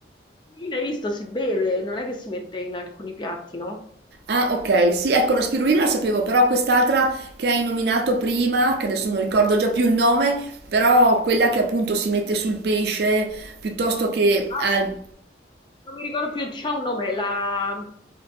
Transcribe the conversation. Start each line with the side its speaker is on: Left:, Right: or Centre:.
Left: L'aspirina, Hai visto, si beve, non è che si mette in alcuni piatti, no?
Right: Ah, ok, sì, ecco, la spirulina la sapevo, però quest'altra che hai nominato prima, che adesso non ricordo già più il nome, però quella che appunto si mette sul pesce piuttosto che...
Left: Ah,
Right: al-
Left: Non mi ricordo più, c'ha un nome, la...